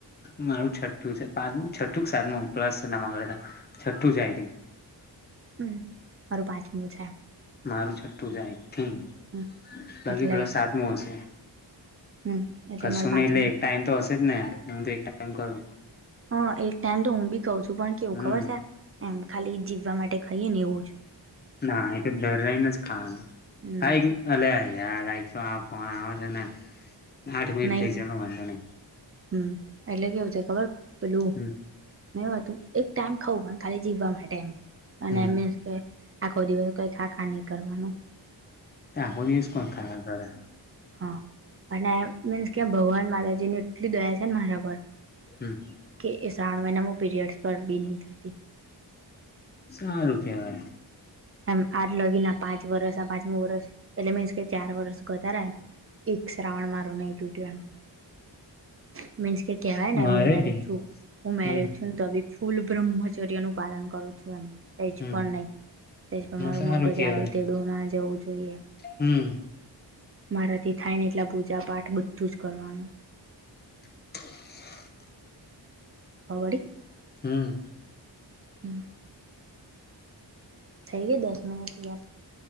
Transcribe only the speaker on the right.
હમ્મ મારું પાંચમું છે.
હમ
એટલે
હમ
મારે
પાંચમું
હ એક ટાઈમ તો હું બી ખઉં છું પણ કેવું
ખબર છે એમ ખાલી જીવવા માટે ખઈએે ને એવુંજ.
ના
નહી
જ.
હમ એટલે કેવું છે ખબર પેલુ
મેં એવુ હતું એક ટાઈમ ખાઉં પણ ખાલી જીવવા માટે અને
મીન્સ આખો દિવસ કઈ ખાખા નહી કરવાનુ.
હા અને મીન્સ કે ભગવાન માતાજી ને એટલી દયા છે ને મારા પર.
કે એ શ્રાવણ મહિનામાં પીરિયડ્સ પર બી નહીં થતી.
એમ આજ લગીને પાંચ વરસ પાંચમું વરસ એટલે મીન્સ કે ચાર વર્ષ કરતા રહ્યા. એક શ્રાવણ મારો નહી ટૂટયો. તૂટ્યું એમ. મીન્સ કે કેવાયને
હું મેરિડ
છું હું મેરિડ
છું. તો બી ફૂલ બ્રહ્મચર્ય નું પાલન કરું છું એમ કંઈ જ
પણ નહીં તેજ તો મારું
મગજ
આડું તેડું ના જવું જોઈએ.
મારાથી થાય ને એટલા પૂજા પાઠ બધું જ કરવાનું.
હો વળી.
હમ્મ. થઈ ગઈ દસ મિનીટ યાર.